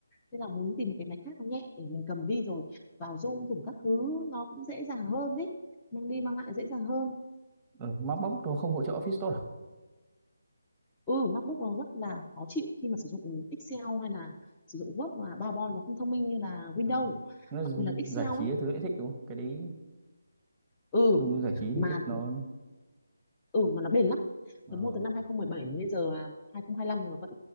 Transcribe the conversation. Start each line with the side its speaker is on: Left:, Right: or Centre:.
Left: nên là muốn tìm một cái máy khác nó nhẹ để mình cầm đi rồi vào Zoom thủng các thứ nó cũng dễ dàng hơn đấy mang đi mang lại dễ dàng hơn
Right: Ờ, MacBook nó không hỗ trợ Office Store à?
Left: ừ MacBook nó rất là khó chịu khi mà sử dụng Excel hay là sử dụng Word và PowerPoint nó không thông minh như là Windows
Right: Ờ. Nó
Left: đặc biệt là Excel
Right: giải trí
Left: ấy
Right: cái thứ lại thích đúng không? Cái đấy
Left: ừ
Right: Dung giải trí thì
Left: mà
Right: thích nó
Left: ừ mà nó bền lắm
Right: ờ
Left: Tớ mua từ năm 2017 mà bây giờ là 2025 rồi mà vẫn